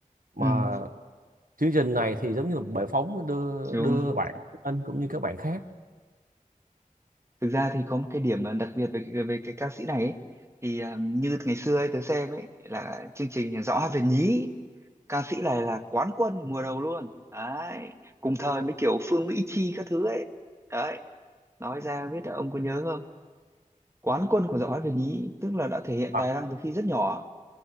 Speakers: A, on the right; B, on the right.
A: mà
B: ừ
A: chương trình này thì giống như là một bệ phóng đưa
B: đúng
A: đưa
B: rồi
A: bạn anh cũng như các bạn khác
B: thực ra thì có một cái điểm mà đặc biệt về cái- về cái ca sĩ này ấy, thì à, như ngày xưa ấy, tớ xem ấy là chương trình Rõ Về Nhí ca sĩ này là quán quân mùa đầu luôn đấy cùng thời với kiểu Phương Mỹ Chi các thứ ấy đấy nói ra biết là ông có nhớ không quán quân của Rõ Về Nhí tức là đã thể hiện
A: à,
B: tài năng từ khi rất nhỏ